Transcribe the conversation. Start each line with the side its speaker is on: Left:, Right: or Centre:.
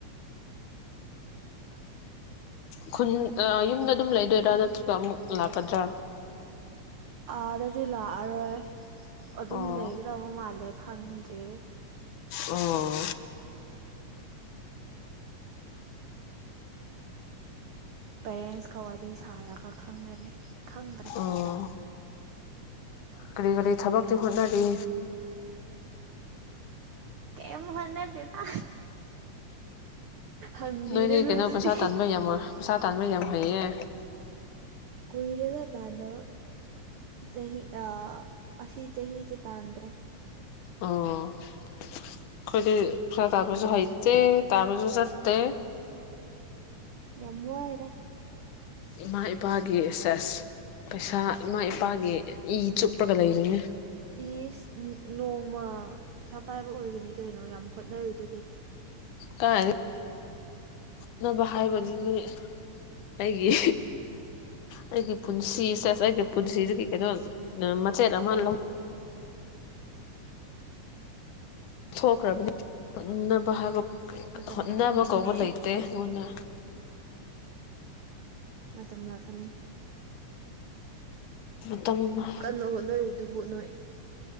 Left: ꯈꯨꯟ ꯑ ꯌꯨꯝꯗ ꯑꯗꯨꯝ ꯂꯩꯗꯣꯏꯔꯥ ꯅꯠꯇ꯭ꯔꯒ ꯑꯃꯨꯛ ꯂꯥꯛꯀꯗ꯭ꯔꯥ?
Right: ꯑꯥꯗꯗꯤ ꯂꯥꯛꯑꯔꯣꯏ ꯑꯗꯨꯝ
Left: ꯑꯣ
Right: ꯂꯩꯒꯗꯕ ꯃꯥꯜꯂꯦ ꯈꯪꯗ꯭ꯔꯤ꯫
Left: ꯑꯣ꯫
Right: ꯄꯦꯔꯦꯟꯁꯀ ꯋꯥꯔꯤ ꯁꯥꯔꯒ ꯈꯪꯒꯅꯤ ꯈꯪꯗ꯭ꯔꯦ꯫
Left: ꯑꯣ ꯀꯔꯤ - ꯀꯔꯤ ꯊꯕꯛꯇꯤ ꯍꯣꯠꯅꯔꯤ?
Right: ꯀꯩꯌꯝ ꯍꯣꯠꯅꯗꯦꯗ꯫ ꯍꯪꯕꯤꯔꯅꯨ
Left: ꯅꯣꯏꯗꯤ ꯀꯩꯅꯣ
Right: ꯑꯗꯨꯗꯤ꯫
Left: ꯄꯩꯁꯥ ꯇꯥꯟꯕ ꯌꯥꯝ ꯄꯩꯁꯥ ꯇꯥꯟꯕ ꯌꯥꯝ ꯍꯩꯌꯦ꯫
Right: ꯀꯨꯏꯔꯦꯗ ꯇꯥꯟꯗꯕ꯫ ꯆꯍꯤ ꯑ ꯑꯁꯤ ꯆꯍꯤꯁꯦ ꯇꯥꯟꯗ꯭ꯔꯦ꯫
Left: ꯑꯣ ꯑꯩꯈꯣꯏꯗꯤ ꯄꯩꯁꯥ ꯇꯥꯟꯕꯁꯨ ꯍꯩꯇꯦ ꯇꯥꯟꯕꯁꯨ ꯆꯠꯇꯦ꯫
Right: ꯌꯥꯝ ꯋꯥꯏꯗ꯫
Left: ꯏꯃꯥ - ꯏꯄꯥꯒꯤ ꯁꯦꯁ ꯄꯩꯁꯥ ꯏꯃꯥ - ꯏꯄꯥꯒꯤ ꯏ ꯆꯨꯞꯄꯒ ꯂꯩꯔꯤꯅꯦ꯫
Right: ꯏꯁ ꯅꯣꯡꯃ ꯄꯩꯁꯥ ꯄꯥꯏꯕ ꯑꯣꯏꯒꯅꯤ ꯀꯩꯅꯣ ꯌꯥꯝ ꯍꯣꯠꯅꯔꯤꯗꯨꯗꯤ꯫
Left: ꯀꯥꯏꯗꯩ ꯍꯣꯠꯅꯕ ꯍꯥꯏꯕꯗꯨꯗꯤ ꯑꯩꯒꯤ ꯑꯩꯒꯤ ꯄꯨꯟꯁꯤ ꯁꯦꯁ ꯑꯩꯒꯤ ꯄꯨꯟꯁꯤꯒꯤ ꯀꯩꯅꯣ ꯃꯆꯦꯠ ꯑꯃ ꯂꯧ ꯊꯣꯛꯈ꯭ꯔꯕꯅꯤ ꯍꯣꯅꯕ ꯍꯥꯏꯕ
Right: ꯃꯇꯝ
Left: ꯍꯣꯠꯅꯕ
Right: ꯂꯥꯛꯀꯅꯤ
Left: ꯀꯧꯕ
Right: ꯍꯦ
Left: ꯂꯩꯇꯦ ꯑꯩꯉꯣꯟꯗ꯫
Right: ꯃꯇꯝ ꯂꯥꯛꯀꯅꯤ
Left: ꯃꯇꯝ ꯑꯃ
Right: ꯀꯟꯅ ꯍꯣꯠꯅꯔꯤꯗꯨꯕꯨ ꯅꯣꯏ꯫